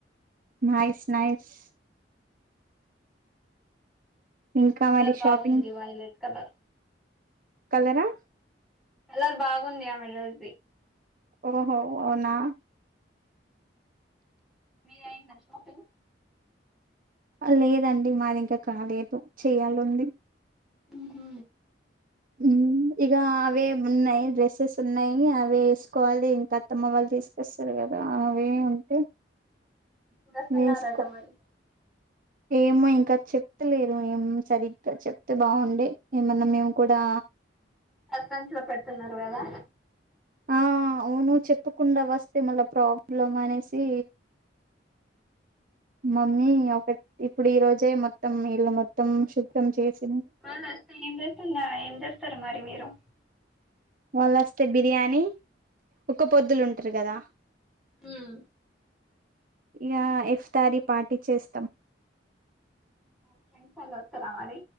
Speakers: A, on the right (about 50°); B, in the centre.
A: నైస్ నయిస్ ఇంకా
B: కలర్
A: మరి
B: బాగుంది
A: షాపింగ్
B: వైలేెట్ కలర్
A: కలరా
B: కలర్ బాగుంది డ్రెస్ ది
A: ఓహో అవునా
B: మీది అయిందా షాపింగ్
A: లేదండి మాది ఇంకా కాలేదు చేయాలంది
B: ఉ హు
A: ఉ ఇక అవే ఉన్నాయి డ్రెస్సెస్ ఉన్నాయి అవి వేసుకోవాలి ఇంకా అత్తమ్మ వాళ్ళు తీసుకొస్తారు కదా కదా అవి ఉంటే
B: ఎప్పుడొస్తున్నారట
A: వేసుకో
B: మరి
A: ఏమో ఇంకా చెప్తలేరు ఏం సరిగ్గా చెప్తే బాగుండే ఏమన్నా మేము కూడా
B: సస్పెన్స్ లో పెడుతున్నారు కదా
A: ఆ అవును చెప్పకుండా వస్తే మళ్ళా ప్రాబ్లం అనేసి మమ్మీ ఒక ఇప్పుడు ఈ రోజే మొత్తం వీళ్ళ మొత్తం శుభ్రం చేసి
B: ఆ ఏం చేస్తుంద ఏం చేస్తారు మరి మీరు
A: వాళ్ళ వస్తే బిర్యానీ ఒక పొద్దులు ఉంటారు కదా
B: ఊమ్
A: ఇగ ఇఫ్తారీ పార్టీ చేస్తాం
B: మా ఫ్రెండ్స్ ఆల్ వత్తరా మరి